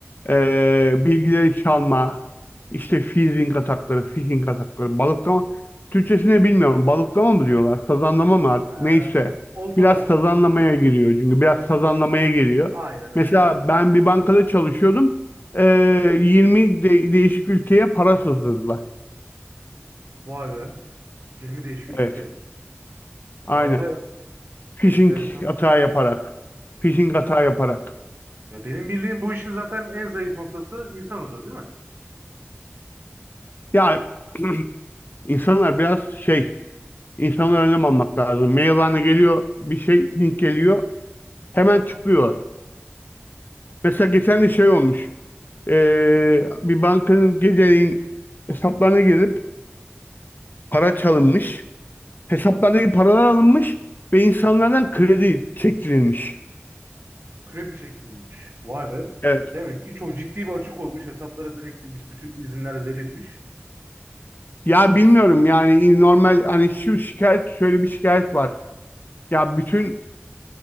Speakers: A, on the left; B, on the right.
A: Ee, bilgileri çalma, işte phishing atakları, phishing atakları, balıklama. Türkçesini bilmiyorum. Balıklama mı diyorlar? Sazanlama mı artık?
B: Ee,
A: Neyse.
B: oltalama.
A: Biraz sazanlamaya giriyor çünkü. Biraz sazanlamaya giriyor.
B: Aynen öyle.
A: Mesela ben bir bankada çalışıyordum. Ee, 20 de- değişik ülkeye para sızdırdılar.
B: Vay be 20 değişik ülke.
A: Evet. Aynen.
B: Ya o da
A: Phishing
B: enteresanmış.
A: hata yaparak. Phishing hata yaparak.
B: Ya benim bildiğim bu işin zaten en zayıf noktası insan oluyor değil mi?
A: Ya <clears throat> insanlar biraz şey, insanlar önlem almak lazım. Maillerine geliyor bir şey, link geliyor. Hemen tıklıyorlar. Mesela geçen de şey olmuş. Ee, bir bankanın geceleyin hesaplarına girilip para çalınmış. Hesaplardaki paralar alınmış ve insanlardan kredi çektirilmiş.
B: Kredi çekilmiş. Vay be.
A: Evet.
B: Demek ki çok ciddi bir açık olmuş. Hesaplara direkt girmiş. Bütün izinler verilmiş.
A: Ya bilmiyorum yani normal hani şu şikayet şöyle bir şikayet var. Ya bütün